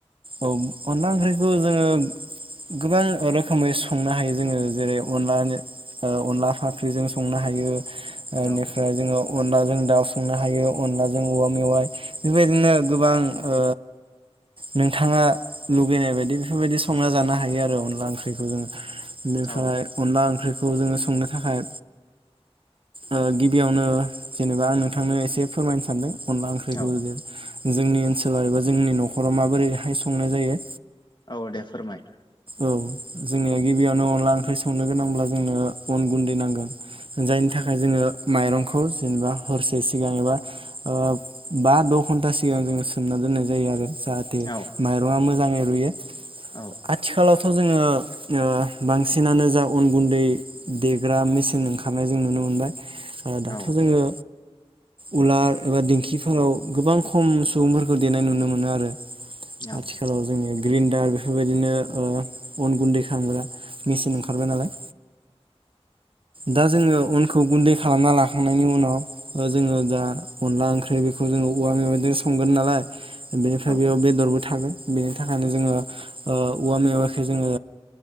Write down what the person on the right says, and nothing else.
औ अनला ओंख्रिखौ जोङो गोबां रोखोमै संनो हायो जोङो जेरै अनला अनला फाख्रिजों संनो हायो। ओनिफ्राय
जोङो। अनलाजों दाउ संनो हायो अनलाजों औवा मेवाइ बेफोरबायदिनो गोबां ओ नोंथाङा लुगैनाय बायदि बेफोरबायदि संना जानो हायो आरो। आरो अनला ओंख्रिखौ जोङो बेनिफ्राय
अनला ओंख्रिखौ जोङो संनो थाखाय ओ गिबियावनो जेनेबा आङो नोंथांनो एसे फोरमायनो सानदों अनला ओंख्रिखौ
जोंनि ओनसोलाव एबा जोंनि नखराव माबोरैहाय संनाय जायो।
औ जोंनिया गिबियावनो अनला ओंख्रि संनो गोनांब्ला जोंनो अन गुन्दै नांगोन जायनि थाखाय जोङो माइरंखौ जेनेबा हरसे सिगां एबा ओ बा द' घन्टा सिगां जोङो सोमना दोननाय जायो आरो जाहाथे
मायरङा मोजां मोजांयै रुयो।
आथिखालावथ' जोङो ओ बांसिनाखनो जा अन गुन्दै देग्रा मेसिन ओंखारनाय जों नुनो मोनबाय ओ दाथ'
जोङो उलार एबा दिंखिफोराव गोबां खम सुबुंफोरखौ देनाय नुनो मोनो आरो आथिखालाव
जोंनि ग्रिन दा बेफोरबायदिनो ओ अन गुन्दै खालामग्रा मेचिन ओंखारबाय नालाय। दा जोङो अनखौ गुन्दै खालामना लाखांनायनि उनाव जोङो दा अनला ओंख्रि बेखौ जोङो औवा मेबायाइजों संगोन नालाय बेनिफ्राय
बेयाव बेदरबो थागोन। बेनि थाखायनो जोङो ओ औवा मेवाखौ जोङो